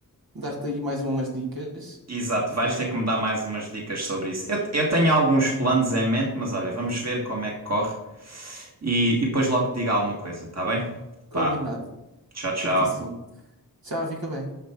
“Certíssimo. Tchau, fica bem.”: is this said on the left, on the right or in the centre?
Right